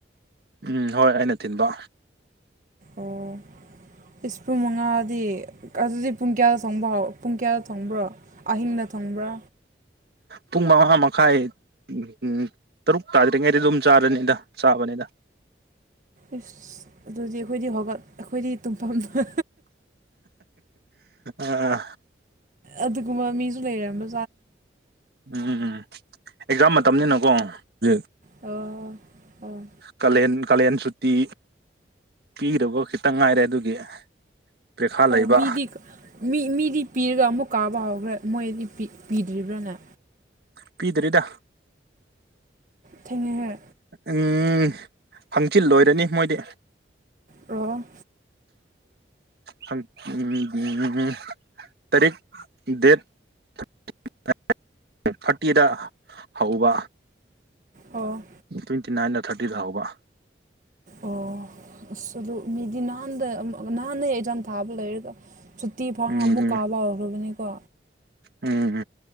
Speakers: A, on the right (about 60°); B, on the right (about 45°).
A: ꯎꯝ ꯍꯣꯏ ꯑꯩꯅ ꯊꯤꯟꯕ
B: ꯑꯣ ꯏꯁ ꯄꯨꯡ ꯃꯉꯥꯗꯤ ꯑꯗꯨꯗꯤ ꯄꯨꯡ ꯀꯌꯥꯗ ꯊꯣꯡꯕ ꯍꯧ ꯄꯨꯡ ꯀꯌꯥꯗ ꯊꯣꯡꯕ꯭ꯔꯣ ꯑꯍꯤꯡꯗ ꯊꯣꯡꯕ꯭ꯔꯥ
A: ꯄꯨꯡ ꯃꯉꯥ ꯃꯈꯥꯏ <unintelligible> ꯇꯔꯨꯛ ꯇꯥꯗ꯭ꯔꯤꯉꯩꯗꯤ ꯑꯗꯨꯝ ꯆꯥꯔꯅꯤꯗ ꯆꯥꯕꯅꯤꯗ
B: ꯏꯁ ꯑꯗꯨꯗꯤ ꯑꯩꯈꯣꯏꯗꯤ ꯍꯧꯒꯠ ꯑꯩꯈꯣꯏꯗꯤ ꯇꯨꯝꯐꯝꯗ
A: ꯑꯥ
B: ꯑꯗꯨꯒꯨꯝꯕ ꯃꯤꯁꯨ ꯂꯩꯔꯝꯕ
A: ꯎꯝ ꯎꯝ ꯑꯦꯛꯖꯥꯝ ꯃꯇꯝꯅꯤꯅꯀꯣ ꯍꯧꯖꯤ
B: ꯑꯣ ꯑꯣ
A: ꯀꯥꯂꯦꯟ ꯀꯥꯂꯦꯟ ꯁꯨꯇꯤ ꯄꯤꯔꯕ ꯈꯤꯇꯪ ꯉꯥꯏꯔꯦ ꯑꯗꯨꯒꯤ ꯄ꯭ꯔꯤꯈꯥ
B: ꯑꯣ
A: ꯂꯩꯕ
B: ꯃꯤꯗꯤ ꯃꯤ ꯃꯤꯗꯤ ꯄꯤꯔꯒ ꯑꯃꯨꯛ ꯀꯥꯕ ꯍꯧꯎꯈ꯭ꯔꯦ ꯃꯣꯏꯗꯤ ꯄꯤꯗ꯭ꯔꯤꯕ꯭ꯔꯥꯅꯦ
A: ꯄꯤꯗ꯭ꯔꯤꯗ
B: ꯊꯦꯡꯉꯦꯍꯦ
A: ꯎꯝ ꯍꯪꯆꯤꯜ ꯂꯣꯏꯔꯅꯤ ꯃꯣꯏꯗꯤ
B: ꯔꯣ
A: ꯍꯪ ꯎꯝ ꯇꯥꯔꯤꯛ ꯗꯦꯠ <unintelligible> ꯊꯥꯔꯇꯤꯗ ꯍꯧꯕ
B: ꯑꯣ
A: ꯇ꯭ꯋꯦꯟꯇꯤ ꯅꯥꯏꯟꯗ ꯊꯥꯔꯇꯤꯗ ꯍꯧꯕ
B: ꯑꯣ ꯑꯁ ꯑꯗꯨ ꯃꯤꯗꯤ ꯅꯍꯥꯟꯗ ꯅꯍꯥꯟꯅ ꯑꯦꯛꯖꯥꯝ ꯊꯥꯕ ꯂꯩꯔꯒ ꯁꯨꯇꯤ ꯐꯪꯉ
A: ꯎꯝ
B: ꯑꯃꯨꯛ ꯀꯥꯕ ꯍꯧꯈ꯭ꯔꯕꯅꯤꯀꯣ
A: ꯎꯝ ꯎꯝ